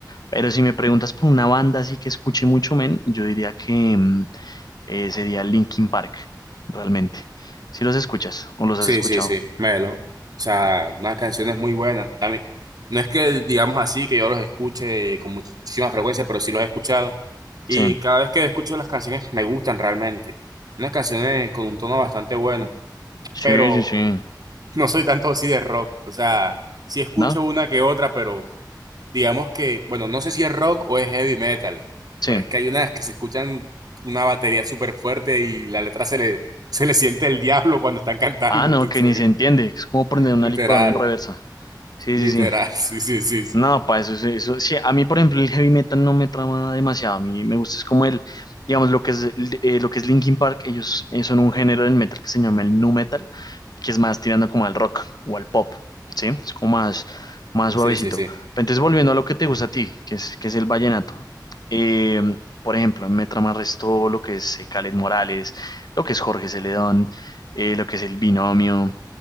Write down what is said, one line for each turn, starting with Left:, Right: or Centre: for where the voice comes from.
Left: Pero si me preguntas por una banda así que escuche mucho, men, yo diría que mm, eh, sería Linkin Park, realmente. Si los escuchas o los
Right: Sí,
Left: has escuchado.
Right: sí, sí, Melo. O sea, unas canciones muy buenas. También, no es que digamos así que yo los escuche con muchísima frecuencia, pero sí los he escuchado. Y
Left: Sí,
Right: cada vez que escucho las canciones me gustan realmente. Unas canciones con un tono bastante bueno,
Left: sí,
Right: pero
Left: sí, sí.
Right: <laughs> no soy tanto así de rock. O sea, sí escucho
Left: ¿No?
Right: una que otra, pero digamos que, bueno, no sé si es rock o es heavy metal,
Left: Sí.
Right: pero es que hay unas que se escuchan una batería súper fuerte y la letra se le, <laughs> se le siente el diablo cuando están cantando.
Left: Ah, no,
Right: Entonces,
Left: que ni se entiende, que es como prender una
Right: literal.
Left: licuadora en reversa. Sí,
Right: Literal,
Left: sí, sí.
Right: <laughs> sí, sí, sí, sí.
Left: No, para eso, sí- eso, sí, a mí, por ejemplo, el heavy metal no me trama demasiado, a mí me gusta, es como el, digamos, lo que es, el- eh, lo que es Linkin Park, ellos eh, son un género del metal que se llama el nu metal, que es más tirando como al rock o al pop, ¿sí? Es como más, más
Right: Sí,
Left: suavecito.
Right: sí, sí.
Left: Pero entonces, volviendo a lo que te gusta a ti, que es, que es el vallenato, eh, por ejemplo, me trama resto lo que es eh, Kaleth Morales, lo que es Jorge Celedón, eh, lo que es El Binomio,